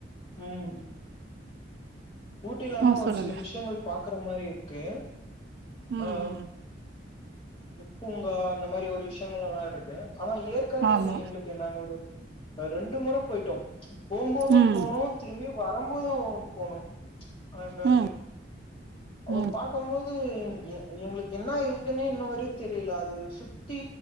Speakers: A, on the left; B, on the right.
A: ம் ஊட்டியிலன்னா
B: ஆ
A: ஒரு
B: சொல்லுங்க
A: சில விஷயங்கள் பாக்க ற மாதிரி இருக்கு
B: ம்
A: ஆ
B: ம்
A: பூங்கா அந்த மாரி ஒரு விஷயங்கள் எல்லாம் இருக்கு ஆனா ஏற்கால
B: ஆமா
A: என்ன எங்களுக்கு என்னங்க ஒரு ரெண்டு முறை போயிட்டோம் போம்போதும்
B: ம்
A: போனும் திரும்பியு வரும்போதும் போனும் அங்காந்து
B: ம்
A: அப்ப
B: ம்
A: பார்க்கும்போது <unintelligible> எங்களுக்கு என்ன இருக்குன்னு இன்னுவர தெரியல அது சுத்தி